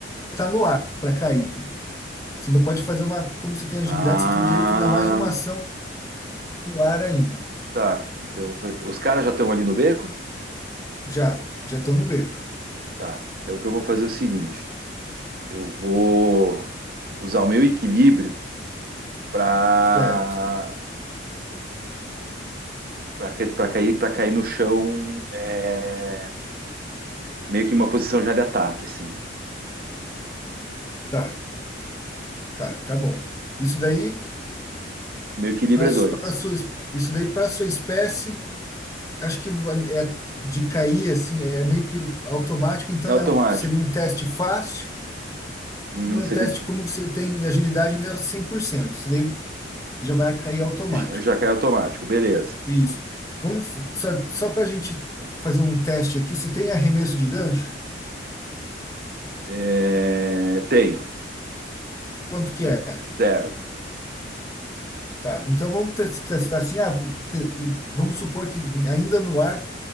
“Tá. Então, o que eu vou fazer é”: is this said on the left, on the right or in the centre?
Right